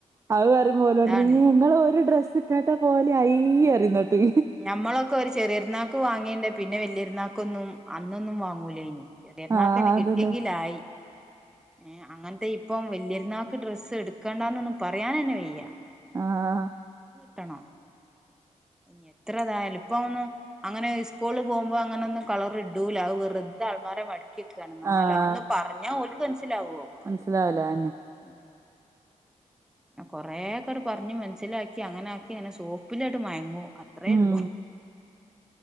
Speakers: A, on the right; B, in the centre.
A: അത് പറയുമ്പോലെോര്
B: അതാണ്
A: റയും ങ്ങള് ഒരു ഡ്രസ്സ് ഇട്ടാട്ട- പോവല് അയ്യ്
B: ഉം
A: പറിം ഇന്നട്ട്
B: ഞമ്മളൊക്കെ ഒരു ചെറിയരുന്നാക്ക് വാങ്ങീണ്ട് പിന്നെ വല്യ യരുന്നാക്ക്- ക്കൊന്നും അന്നൊന്നും വാങ്ങൂലേയ്ൻ പെരുന്നാൾക്ക്
A: ആഹ്
B: ന്നെ
A: അതന്നെ
B: കിട്ടിയെങ്കില ആയി ഏ അങ്ങനത്തെ ഇപ്പം വല്യ രുന്നാക്ക് ഡ്രസ്സ് എടുക്കണ്ടാന്നൊന്നന്ന് പറയാനെ ന്നെ വെയ്യ.
A: ആഹ്
B: ട്ടണം ഇനി എത്രതായാലും ഇപ്പ ഒന്നും അങ്ങനെ സ്കൂളിൽ പോകുമ്പോ അങ്ങന ഒന്നും കളർ ഇടൂല അത് വെറ് അള്മാറെ മട ക്കാണ് ന്നാലോ
A: ആഹ്
B: ഒന്ന് പറഞ്ഞാ ഓല്ക്ക് മനസ്സിലാവോ
A: മനസ്സിലാവൂല
B: അല്ല
A: അതെന്നെ
B: ഉം കൊറെേക്കട് പറഞ്ഞ് മനസ്സിലാക്കി അങ്ങനെ ആക്കി അങ്ങനെ സോപ്പിലായിട്ട് മയങ്ങും അത്രയെ
A: ഉം
B: ഉള്ളു.